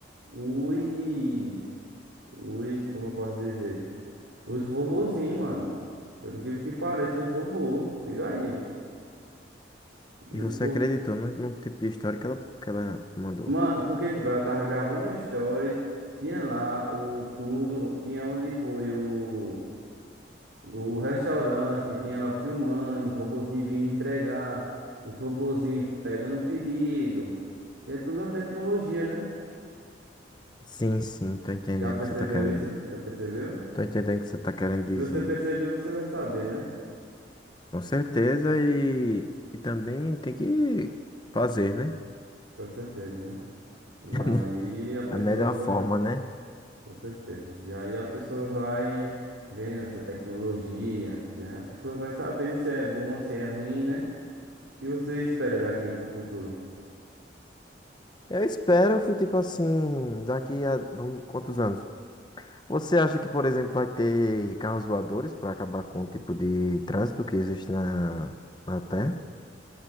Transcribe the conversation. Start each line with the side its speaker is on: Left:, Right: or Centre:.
Right: os. Os, como eu posso dizer? Os robozinhos, mano. Pelo que que parece, os robôs. Liga aí.
Left: E
Right: E
Left: você
Right: os robôs.
Left: acreditou no, no tipo de história que ela, que ela mandou?
Right: Mano, porque, tipo, ela tava gravando o story, tinha lá o tudo, tinha onde foi o. O restaurante tinha ela filmando, os robozinhos vindo entregar, os robozinhos pegando o pedido. E é tudo uma tecnologia, né?
Left: Sim, sim, tô entendendo
Right: Já percebeu
Left: o que você tá querendo.
Right: isso? Já percebeu?
Left: Tô entendendo o que você tá querendo
Right: Se
Left: dizer.
Right: você perceber, você vai saber, né?
Left: Com certeza, e, e também tem que fazer, né?
Right: Com certeza, né? E
Left: <laughs>
Right: aí a pessoa
Left: A melhor
Right: vai.
Left: forma, né?
Right: Com certeza. E aí a pessoa vai vendo essa tecnologia. E aí a pessoa vai sabendo se é bom, se é ruim, né? O que você espera daqui pro futuro?
Left: Eu espero que, tipo assim, daqui a vamos- quantos anos? Você acha que, por exemplo, vai ter carros voadores para acabar com o tipo de trânsito que existe na, na Terra?